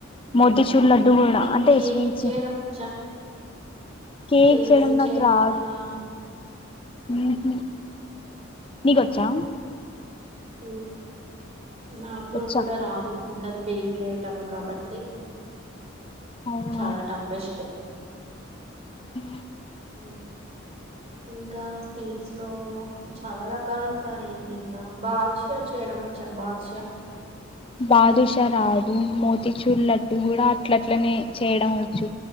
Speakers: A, on the left; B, on the right.
A: మోతిచూర్ లడ్డు కూడా
B: నీకు
A: అంటే
B: కేక్
A: స్వీట్స్
B: చేయడం వచ్చా
A: కేక్
B: కేక్స్
A: నాకు
B: చేయడం
A: రాదు
B: అలా
A: ఉహు నీకు వచ్చా
B: ఉ నాకు
A: వచ్చా
B: కూడా రాదు ఇంకా అది బేకరీ ఐటెమ్ కాబట్టి
A: అవునా
B: చాలా టఫెస్ట్
A: ఉ
B: ఊ ఇంకా స్వీట్స్ లో చాలా రకాలు ఉంటాయి ఇంకా బాదుషా చేయడం వచ్ వచ్చా బాదుషా
A: <inaudible> బాదుషా రాదు మోతిచూర్ లడ్డు కూడా అట్లట్లనే చేయడం వచ్చు